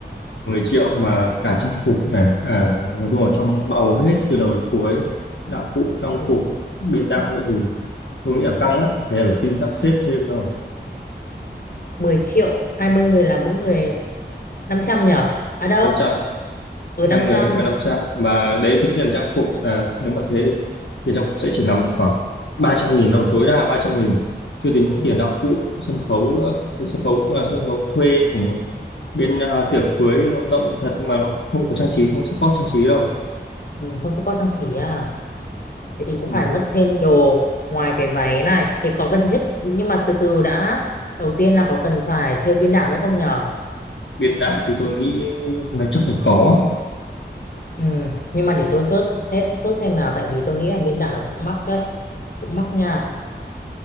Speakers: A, on the left (about 85°); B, on the left (about 50°).
A: mười triệu mà cả trang phục này cả nói chung là trong bao gồm hết từ đầu đến cuối đạo cụ trang
B: Ừ,
A: phục biên đạo nữa thì tôi nghĩ là căng á thế là phải xin các sếp thêm rồi
B: 10 triệu, 20 người là mỗi người 500 nhờ. À đâu?
A: năm trăm
B: Ừ
A: hai
B: 500.
A: người là mỗi người 500 mà đấy tính tiền trang phục là nếu mà thế tiền trang phục sẽ chỉ nằm được khoảng 300 nghìn thôi tối đa ba trăm nghìn chưa tính
B: Ừ,
A: tiền đạo cụ sân khấu nữa mình sân khấu cũng là sân khấu thuê của một bên à, tiệc cưới nó rộng thật nhưng mà nó không có trang trí không support trang trí đâu
B: ừ, không support trang trí à. Thế thì cũng
A: ừ.
B: phải mất thêm đồ ngoài cái váy này. Thế có cần thiết nhưng mà từ từ đã. Đầu tiên là có cần phải thuê biên đạo nữa không nhở?
A: biên đạo thì tôi nghĩ là chắc phải có
B: Ừ, nhưng mà để tôi search, search, search xem nào tại vì tôi nghĩ là biên đạo nó cũng mắc đấy. Cũng mắc nha.